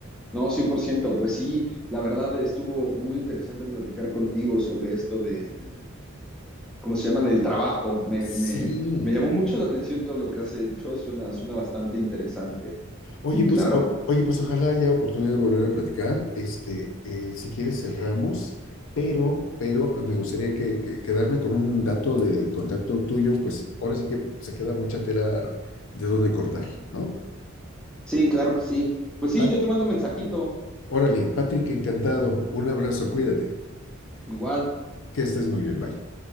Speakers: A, in the centre; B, on the left (about 65°).
A: No, cien por ciento pues sí, la verdad estuvo muy interesante platicar contigo sobre esto del ¿cómo se llama? Del trabajo. Me,
B: Sí,
A: me, me llamó
B: O-
A: mucho la atención todo lo que has hecho, suena, suena bastante interesante.
B: oye,
A: Sí,
B: pues,
A: claro.
B: o- oye, pues ojalá haya oportunidad de volver a platicar. Este, eh, si quieres cerramos, pero, pero me gustaría que, que- quedarme con un dato de contacto tuyo, pues ahora sí que se queda mucha tela de dónde cortar, ¿no?
A: Sí, claro que sí. Pues sí,
B: Pat-
A: yo te mando un mensajito,
B: órale, Patrick, encantado. Un abrazo, cuídate.
A: igual.
B: Que estés muy bien, bye.